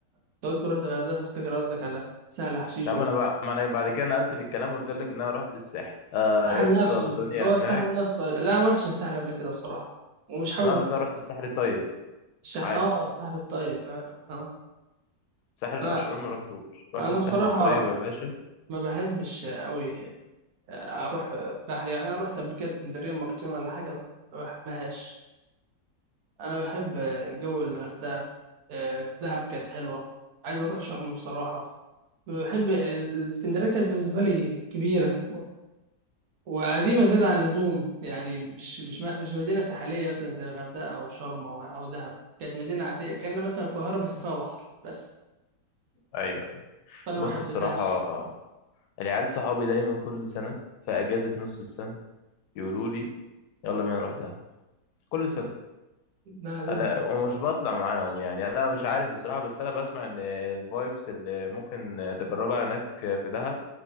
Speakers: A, on the right (about 65°); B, on the left (about 75°).
A: أنت قلت رحت الغردقة فأفتكر قصدك على سهل حشيش
B: لا ما انا بقى... ما انا بعد كده نقلت في الكلام وقلت لك ان انا رحت الساحل آه
A: سهل
B: يا اسطى
A: نفسه
B: الدنيا
A: اللي هو
B: هناك
A: سهل نفسه أيوة. لا ما رحتش السهل قبل كده بصراحة ومش حابب
B: لا بس انا رحت الساحل الطيب
A: الشح...
B: عادي
A: اه السهل الطيب تمام اه
B: ساحل الاشرار
A: انا
B: ما رحتوش رحت
A: انا
B: الساحل
A: بصراحة
B: الطيب يا باشا
A: ما بحبش قوي اروح بحر يعني انا رحت قبل كده اسكندرية مرتين ولا حاجة ما بحبهاش انا بحب جو الغردقة آه، دهب كانت حلوة عايز اروح شرم بصراحة بحب الاسكندرية كانت بالنسبة لي كبيرة وقديمة زيادة عن اللزوم يعني مش مش مش مدينة ساحلية مثلا زي الغردقة أو شرم أو أو دهب كانت مدينة عادية كأن مثلا القاهرة بس فيها بحر بس
B: ايوه
A: فأنا
B: بص
A: ما حبيتهاش
B: الصراحه العيال صحابي دايما كل سنه في اجازه نص السنه يقولوا لي يلا بينا نروح دهب كل سنه
A: لا لازم
B: لا ومش بطلع معاهم يعني انا مش عارف الصراحه بس انا بسمع ان الفايبس اللي ممكن تجربها هناك في دهب